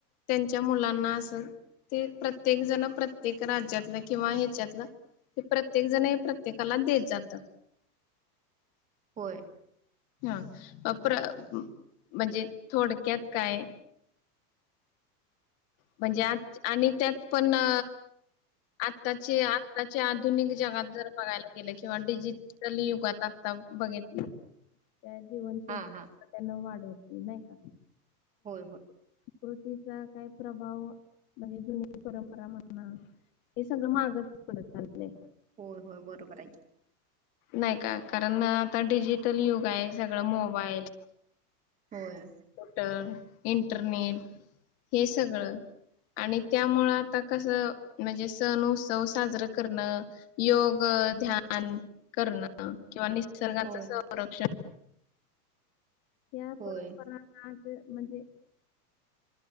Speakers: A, on the left; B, on the right.
A: त्यांच्या मुलांना असल ते प्रत्येक जण प्रत्येक राज्यातलं किंवा ह्याच्यातलं हे प्रत्येक जण हे प्रत्येकाला देत जात.
B: होय.
A: हा अप म्हणजे थोडक्यात काय म्हणजे आज आणि त्यात पण अ आताचे आत्ताच्या आधुनिक जगात जर बघायला गेले किंवा डिजिटल युगात आता बघितल. त्या जीवनशैली
B: हां हां
A: त्यांना वाढवती नाही का.
B: हो हो.
A: कृतीचा काय प्रभाव म्हणजे जुन परंपरा म्हणणा हे सगळं मागत पडत चाललं आहे.
B: हो हो बरोबरायकी
A: नाही का कारण आता डिजिटल युग आहे सगळं मोबाईल
B: होय
A: कप्युटर इंटरनेट हे सगळं आणि त्यामुळे आता कस म्हणजे सण उत्सव साजरं करणं, योग अ ध्यान करणं किंवा नी निसर्गाच
B: होय
A: संरक्षण या
B: होय
A: परंपरांना ते म्हणजे